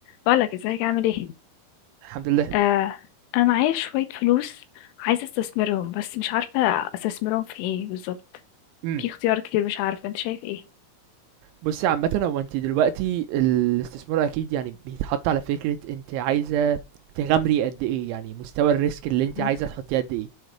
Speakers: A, on the left (about 80°); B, on the right (about 85°).
A: بقولك ازيك عامل ايه
B: الحمد لله.
A: آه انا معايا شوية فلوس عايزة استثمرهم بس مش عارفة استثمرهم في ايه بالظبط
B: إمم.
A: في اختيار كتير مش عارفة انت شايف ايه
B: بُصّي عامةً هو أنتِ دلوقتي الاستثمار أكيد يعني بيتحط على فكرة أنتِ عايزة تغامري قد إيه، يعني مستوى الrisk اللي أنتِ
A: مم.
B: عايزة تحطّيه قد إيه،